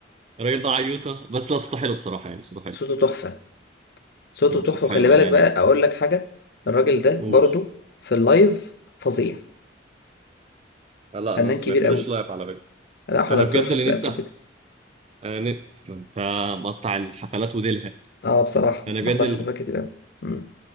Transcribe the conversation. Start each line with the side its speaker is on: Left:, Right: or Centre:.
Right: الراجل ده عيوطه بس لا صوته حلو بصراحه يعني صوته حلو
Left: صوته تحفة صوته
Right: مم.
Left: تحفة
Right: صوته
Left: وخلي
Right: حلو بامانه
Left: بالك بقى
Right: يعني
Left: أقول لك حاجة الراجل ده
Right: قول
Left: برضو في اللايف فظيع
Right: لا لا
Left: فنان
Right: انا ما سمعتلوش
Left: كبير أوي
Right: لايف على فكره
Left: أنا حضرت
Right: انا بجد
Left: له حفلة
Right: اللي نفسي
Left: قبل
Right: أح...
Left: كده
Right: أنا ن... انت مقطع الحفلات وديلها
Left: اه بصراحة
Right: انا
Left: بحضر
Right: بجد ال-
Left: حفلات كتير أوي مم.